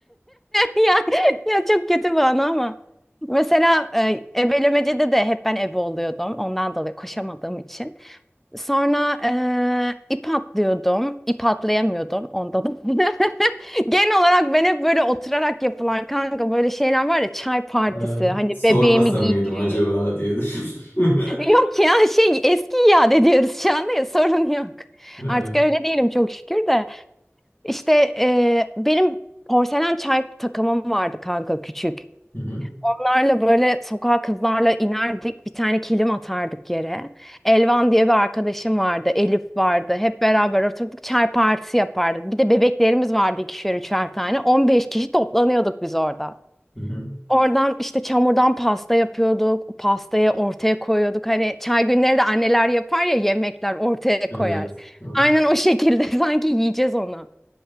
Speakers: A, in the centre; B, on the left.
A: <laughs> Ya, ya çok kötü bana ama. Mesela e, ebelemecede de hep ben ebe oluyordum. Ondan dolayı koşamadığım için. Sonra e, ip atlıyordum. İp atlayamıyordum. Onda da. <laughs> Genel olarak ben hep böyle oturarak yapılan kanka böyle şeyler var ya çay partisi.
B: Ay,
A: Hani
B: sormasa
A: bebeğimi giydiriyor.
B: mıydım acaba diye düşündüm. <laughs>
A: Yok ya şey eski iade ediyoruz şu anda ya sorun yok.
B: Evet.
A: Artık öyle değilim çok şükür de. İşte e, benim porselen çay takımım vardı kanka küçük.
B: Hı hı,
A: Bunlarla böyle sokağa kızlarla inerdik bir tane kilim atardık yere. Elvan diye bir arkadaşım vardı Elif vardı hep beraber oturduk çay partisi yapardık. Bir de bebeklerimiz vardı ikişer üçer tane 15 kişi toplanıyorduk biz orada.
B: hı hı.
A: Oradan işte çamurdan pasta yapıyorduk. O Pastayı ortaya koyuyorduk. Hani çay günleri de anneler yapar ya yemekler ortaya
B: Evet.
A: koyar.
B: evet.
A: Aynen o şekilde <laughs> sanki yiyeceğiz onu.